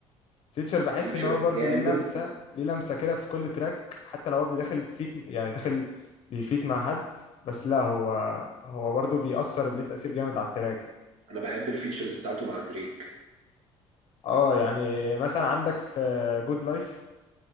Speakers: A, on the left; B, on the right.
A: فيوتشر بحس
B: فيوتشر
A: ان هو برضو
B: جامد
A: ليه لمسه ليه لمسه كده في كل تراك حتى لو هو بيدخل فيت يعني داخل بيفيت مع حد بس لا هو هو برضو بيأثر ليه تأثير جامد على التراك يعني.
B: أنا بحب الفيتشرز بتاعته مع دريك
A: اه يعني مثلا عندك في جود لايف